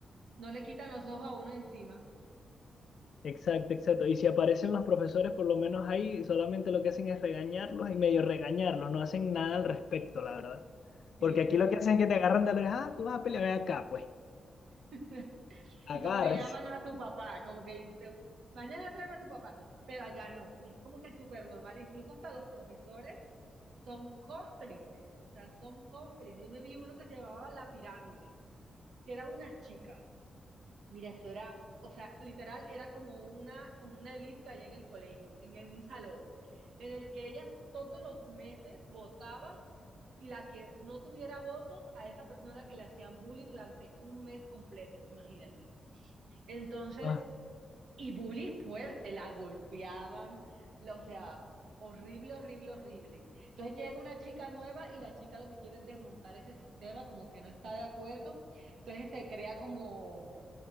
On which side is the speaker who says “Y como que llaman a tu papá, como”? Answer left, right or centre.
Right